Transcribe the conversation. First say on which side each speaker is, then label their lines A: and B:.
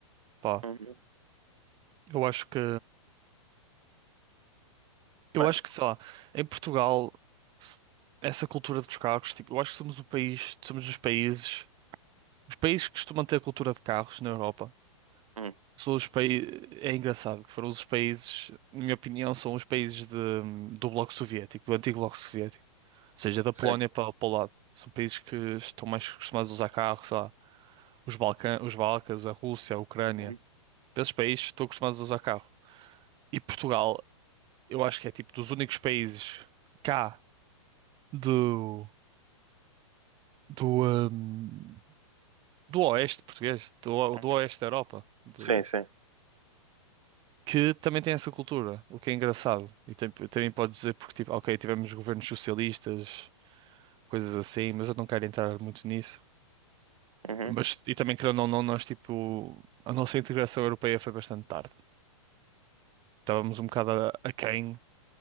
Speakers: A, on the right; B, on the right.
A: Pá,
B: Uhum.
A: eu acho que, eu
B: Mano,
A: acho que, sei lá, em Portugal, essa cultura dos carros, tipo, eu acho que somos o país, somos os países, os países que costumam ter a cultura de carros na Europa.
B: hum,
A: São os países, é engraçado que foram os países, na minha opinião, são os países de, do Bloco Soviético, do antigo Bloco Soviético. seja da
B: sim.
A: Polónia para, para o lado. São países que estão mais acostumados a usar carros, sei lá, os Balcã, os Balcãs, a Rússia, a Ucrânia.
B: Uhum.
A: Para esses países estão acostumados a usar carro. E Portugal, eu acho que é tipo dos únicos países cá do do hum, do oeste português, do,
B: Uhum.
A: do oeste da Europa, de-
B: Sim, sim.
A: que também tem essa cultura, o que é engraçado. E tam- também pode dizer porque tipo, ok, tivemos governos socialistas, coisas assim, mas eu não quero entrar muito nisso.
B: Uhum.
A: Mas, e também, querendo ou não, nós, tipo, a nossa integração europeia foi bastante tarde. Estávamos um bocado a- aquém